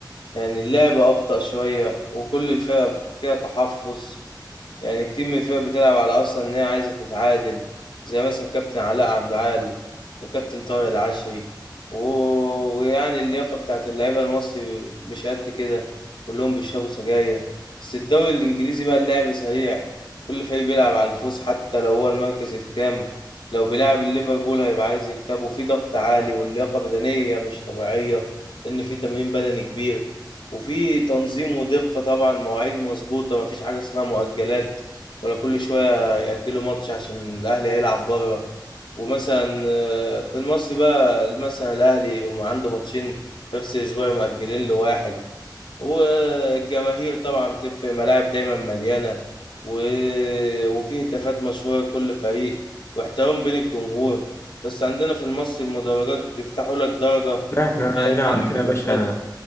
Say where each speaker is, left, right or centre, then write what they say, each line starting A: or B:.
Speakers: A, on the left; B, on the left.
A: يعني اللعب أبطأ شوية وكل الفرق فيها تحفظ يعني كتير من الفرق بتلعب على اصلا ان هي عايزه تتعادل زي مثلا كابتن علاء عبد العال وكابتن طارق العشري و... ويعني اللياقه بتاعت اللعيبه المصري مش قد كده كلهم بيشربوا سجاير بس الدوري الانجليزي بقى اللعب سريع كل فريق بيلعب على الفوز حتى لو هو المركز الكام لو بيلعب الليفربول هيبقى عايز يكسبه في ضغط عالي واللياقه بدنيه مش طبيعيه لان في تمرين بدني كبير وفي تنظيم ودقة طبعا مواعيد مظبوطة مفيش حاجة اسمها مؤجلات ولا كل شوية يأجلوا ماتش عشان الأهلي هيلعب بره ومثلا آه، في المصري بقى مثلا الأهلي يقوم عنده ماتشين في نفس الأسبوع مأجلين له واحد والجماهير طبعا بتفرق ملاعب دايما مليانة و... وفيه هتافات مشهورة لكل فريق واحترام بين الجمهور بس عندنا في المصري المدرجات بيفتحوا لك درجة
B: لا احنا
A: وتلاقي
B: هنا
A: الملعب
B: عندنا
A: بيبقى
B: يا باشا
A: فاضي